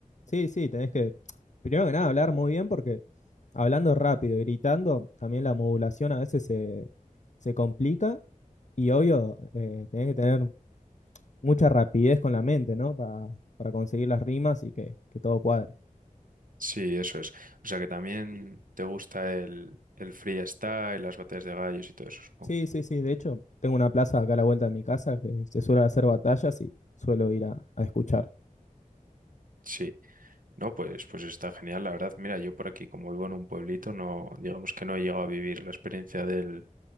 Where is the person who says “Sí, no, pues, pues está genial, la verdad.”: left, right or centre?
Right